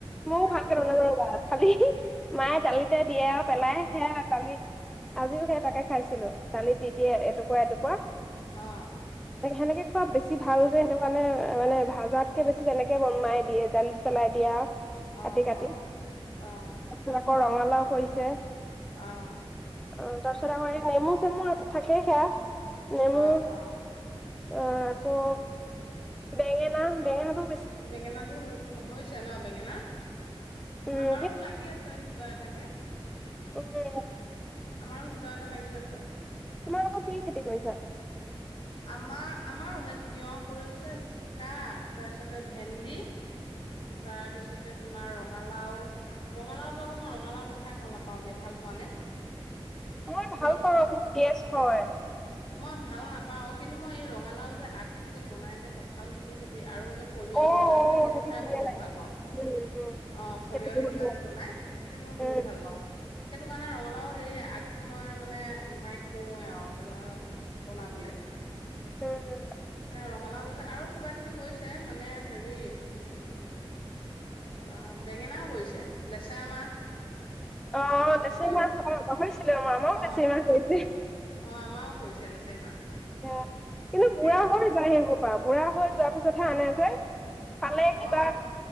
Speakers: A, in the centre; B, on the left.
A: ময়ো
B: অ পানীলাও
A: ভালকে নাজানো ৰবা খালি মায়ে দালিতে।। দিয়ে আৰু পেলাই সেয়া দালিত। আজিও সেই তাকে খাইছিলো। দালিত দি দিয়ে এটুকুৱা এটুকুৱা।।
B: অ।
A: হেনেকে খোৱা বেছি ভাল। ভাল যে সেইটো কাৰণে মানে ভাজাতকে বেছি তেনেকে মায়ে দিয়ে। দালিত পেলাই দিয়া আ।।
B: অ
A: কাটি কাটি
B: অ
A: তাৰ
B: অ
A: পিছত আকৌ ৰঙা।। লাও কৰিছে।।
B: আহ।
A: অ তাৰপিছত আকৌ এই নেমু চেমু থাকেই সেয়া। নেমু
B: আহ আহ।
A: অ। আকৌ বেঙেনা বেঙেনাটো।।
B: বেঙেনাটো হ'য় অ হৈছে ন বেঙেনা?
A: উম
B: আমাৰো লাগি আছে দুটা।। দুটা এটাকে।।
A: অ <inaudible> <unintelligible>
B: আমাৰো দুটা এটা লাগি আছে।
A: তোমালোকৰ কি খেতি কৰিছা?
B: আমাৰ আমাৰো সেই তিয়হ কৰিছে জিকা আমাৰ আমাৰো সেই তিয়হ কৰিছে জিকা তাৰপিছতে ভেন্দি তাৰপিছতে তোমাৰ ৰঙালাও। ৰঙালাওটো আকৌ মই ৰঙালাওটো খাই ভাল নাপাওঁ দেই, ভাল পোৱা নে?
A: মই
B: তুমি
A: ভাল পাওঁ মোৰ গেছ হয়।
B: মই ভাল নাপাওঁ। কিন্তু মই এই ৰঙালাও যে আগটো যে বনাই যে কঁঠাল গুটি সৈটি আৰু যে।। সৰিয়হ
A: অ
B: দি পেলাই
A: অ
B: বনাই সেইটো খাই
A: ধুনীয়া
B: বহুত
A: লাগে
B: ভাল পাওঁ।
A: উম উম
B: অ সৰিয়হ
A: সেইটো বহুত
B: দি পেলাই
A: ধুনীয়া
B: যে বনাই সেইটো মই
A: উম
B: বহুত ভাল পাওঁ। সেইটো কাৰণে ৰঙা।। অ সেই আগটো মই মানে মাইক কওঁৱে আৰু বোলে।। বনাবলে।।
A: উম উম
B: নে ৰঙালাও গজিছে আৰু কিবা কিবি গজিছে। মানে হেৰি উ আহ বেঙেনাও গজিছে লেচেৰা মাহ।। তাৰপিছতে
A: অ লেচেৰি মাহ কব পাহৰিছিলোয়ে ৰবা আমাৰো
B: অ
A: লেচেৰি মাহ কৰিছে।
B: অ আমাৰো কৰিছে লেচেৰি মাহ।।
A: সেইয়া কিন্তু
B: তাকে
A: বুঢ়া হৈ যায় সেইবোৰ।। বুঢ়া হৈ যোৱা পিছতহে আনে যে খালে কিবা
B: অ